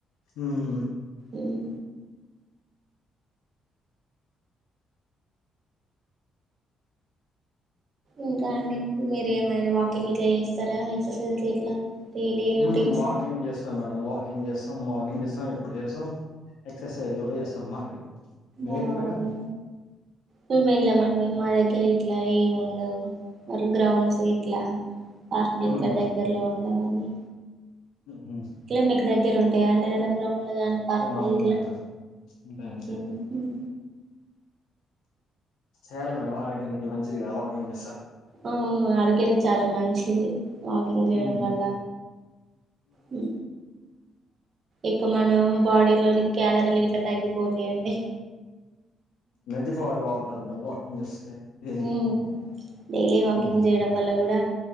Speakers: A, on the left; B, on the right.
A: ఉ ఉమ్
B: ఉమ్ ఇంకా అండి మీరు ఏమైనా వాకింగ్ ఇట్లా చేస్తారా ఎక్ససైజ్ అట్లా ఇట్లా డైలీ రొటీన్స్
A: ఉమ్ వాకింగ్ చేస్తాం మేడం వాకింగ్ చేస్ స్తాం మార్నింగ్ చేస్తాం ఎప్పుడు చేస్తాం ఎక్సర్సైజ్ కూడా చేస్తాం మరి మీరు
B: ఓ
A: మేడం
B: అవునా మేం వేలం మం మా దగ్గర ఇట్లా ఏం ఉండవు మరి గ్రౌండ్స్ ఇట్లా లాస్ట్ మినిట్లో
A: ఉమ్,
B: దగ్గరలో ఉండవండి
A: ఉహుం
B: ఇట్లా మీకు దగ్గర ఉంటాయండి ఏదన్నా గ్రౌండ్ ఉండదా అండి పార్కులు
A: ఆ,
B: గిట్ల
A: ఉంటాయి మేడం ఉంటాయి ఉంటాయి
B: ఉ ఉ ఉమ్
A: చేయాలి మేడం ఆరోగ్యానికి మంచిది కదా వాకింగ్ చేస్తా
B: ఓ అవును ఆరోగ్యానికి చాలా మంచిది వాకింగ్ చేయడం
A: ఉమ్
B: వల్ల హు ఇక మన బాడీ లోని క్యాలరీలు ఇట్లా తగ్గిపోతాయండి
A: నది ఫార్వా ఉంటది మేడం వాకింగ్ చేస్తే డైలీ
B: ఉమ్ డైలీ వాకింగ్
A: ఉమ్
B: చేయడం వల్ల కూడా